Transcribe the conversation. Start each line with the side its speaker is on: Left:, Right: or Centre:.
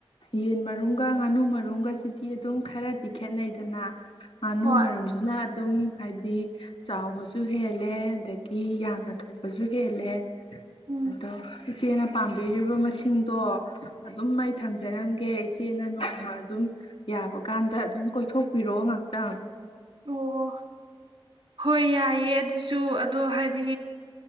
Left: ꯌꯦꯟ ꯃꯔꯨꯝꯒ ꯉꯥꯅꯨ ꯃꯔꯨꯝꯒꯁꯤꯗꯤ ꯑꯗꯨꯝ ꯈꯔꯗꯤ ꯈꯦꯠꯅꯩꯗꯅ ꯀꯥꯅꯨ
Right: ꯍꯣꯏ
Left: ꯃꯔꯝꯁꯤꯅ ꯑꯗꯨꯝ ꯍꯥꯏꯗꯤ ꯆꯥꯎꯕꯁꯨ ꯍꯦꯜꯂꯦ ꯑꯗꯒꯤ ꯌꯥꯝꯅ ꯊꯣꯛꯄꯁꯨ ꯍꯦꯜꯂꯦ
Right: ꯎꯝ
Left: ꯑꯗꯣ ꯏꯆꯦꯅ ꯄꯥꯝꯕꯤꯔꯤꯕ ꯃꯁꯤꯡꯗꯣ ꯑꯗꯨꯝ ꯑꯩ ꯊꯝꯖꯔꯝꯒꯦ ꯏꯆꯦꯅ ꯅꯣꯡꯃ ꯑꯗꯨꯝ ꯌꯥꯕꯀꯥꯟꯗ ꯑꯗꯨꯝ ꯀꯣꯏꯊꯣꯛꯄꯤꯔꯛꯑꯣ ꯉꯍꯥꯛꯇꯪ
Right: ꯑꯣ ꯍꯣꯏ ꯌꯥꯏꯌꯦꯦ ꯑꯗꯨꯁꯨ ꯑꯗꯣ ꯍꯥꯏꯗꯤ